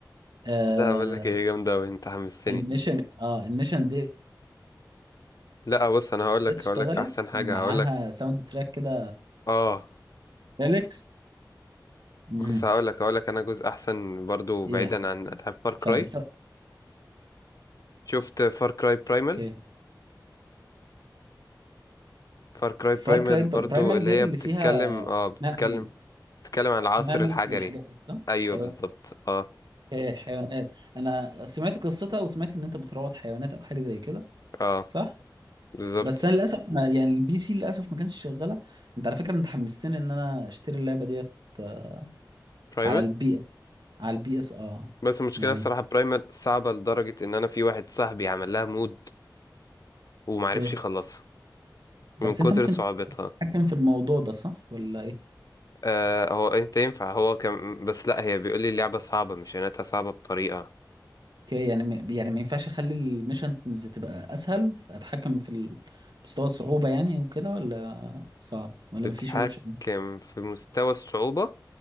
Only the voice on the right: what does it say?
آه
الميشن اه الميشن دي
اشتغلت
معاها
ساوند تراك كده
ليركس امم
ايه احسن
حاجه
فالس...
اوكي
فار
كراي برايمال
ديت
اللي
فيها
نقل
نمل
والحاجات دي صح؟
حيوان
إيه، حيوانات انا سمعت قصتها وسمعت ان انت بتروض حيوانات او حاجه زي كده
صح؟
بس انا للاسف ما يعني البي سي للاسف ما كانش شغاله انت على فكره انت حمستني ان انا اشتري اللعبه ديت آه،
على البي اس على البي اس اه
يعني
اوكي
بس
انت ممكن
تتحكم في الموضوع ده صح ولا ايه
اوكي يعني م- يعني ما ينفعش اخلي الميشنز تبقى اسهل اتحكم في ال- مستوى الصعوبه يعني وكده ولا صعب ولا
ما فيش الاوبشن ده؟